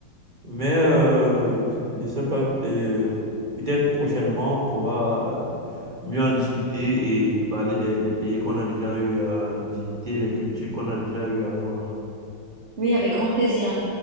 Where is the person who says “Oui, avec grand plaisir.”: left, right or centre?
Right